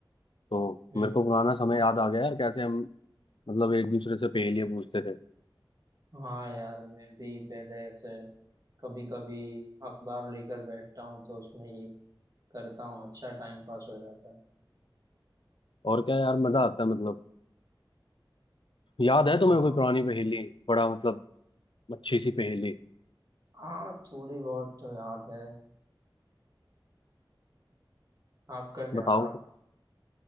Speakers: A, on the left; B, on the right.
A: तो
B: हम्म
A: मेरे को पुराना समय याद आ गया यार कैसे हम मतलब एक दूसरे से पहेलियां पूछते थे
B: हाँ यार मैं भी पहले ऐसे कभी कभी अखबार लेकर बैठता हूँ तो उसमें ये करता हूँ अच्छा टाइम पास हो जाता है
A: और क्या यार मजा आता है मतलब याद है तुम्हें
B: हाँ
A: कोई पुरानी पहेली बड़ा मतलब अच्छी सी पहेली
B: हाँ थोड़ी बहुत तो याद है आपका क्या
A: बताओ
B: आप